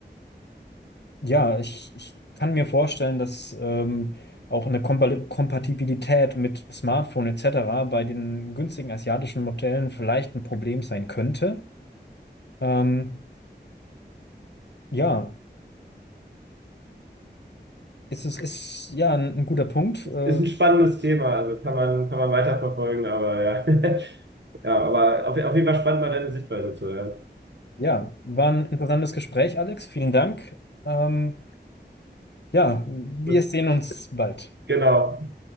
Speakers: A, on the left (about 70°); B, on the right (about 80°).
A: ja, ich, ich kann mir vorstellen, dass ähm, auch eine Kompa Kompatibilität mit Smartphone etc. bei den günstigen asiatischen Modellen vielleicht ein Problem sein könnte. Ähm, ja, ist es ist ja ein, ein guter Punkt. Äh,
B: ist ein spannendes Thema, also kann man, kann man weiterverfolgen, aber ja. <laughs> Ja, aber auf, auf jeden Fall spannend, mal deine Sichtweise zu hören.
A: ja, war ein interessantes Gespräch, Alex. Vielen Dank. Ähm, ja, wir
B: Gut,
A: sehen uns bald.
B: genau.